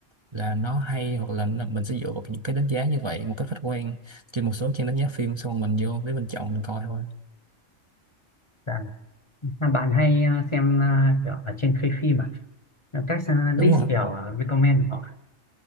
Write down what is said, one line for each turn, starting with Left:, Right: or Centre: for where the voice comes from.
Right: là nó hay hoặc là nó- mình sẽ dựa vào những cái đánh giá như vậy một cách khách quan trên một số trang đánh giá phim xong rồi mình vô để mình chọn mình coi thôi
Left: Dạ. Mà bạn hay à, xem à, kiểu ở trên khay phim à các à,
Right: đúng
Left: list
Right: rồi
Left: kiểu à, recommend của họ